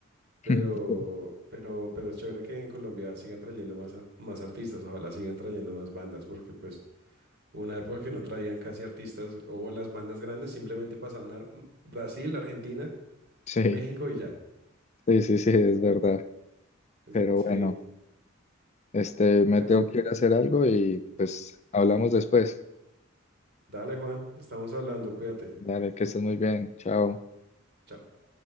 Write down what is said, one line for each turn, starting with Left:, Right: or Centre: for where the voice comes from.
Right: Pero,
Left: <laughs>
Right: pero, pero es chévere que en Colombia sigan trayendo más, a- más artistas, ojalá sigan trayendo más bandas, porque pues hubo una época que no traían casi artistas, o las bandas grandes simplemente pasaban a Ar- Brasil, Argentina,
Left: Sí.
Right: México y ya.
Left: Sí, sí, sí, es verdad.
Right: Es-
Left: Pero
Right: Sí,
Left: bueno, este, me
Right: bueno,
Left: tengo que ir a hacer algo y pues hablamos después.
Right: dale Juan, estamos hablando, cuídate.
Left: Dale, que estés muy bien. Chao.
Right: chao